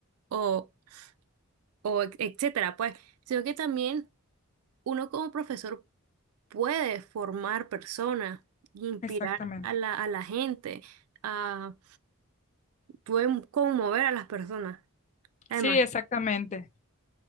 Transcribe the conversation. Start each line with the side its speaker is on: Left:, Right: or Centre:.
Right: o, o et- etcétera, pues, sino que también uno como profesor puede formar personas, inspirar
Left: exactamente.
Right: a la, a la gente, a, puede conmover a las personas. Además,
Left: Sí, exactamente.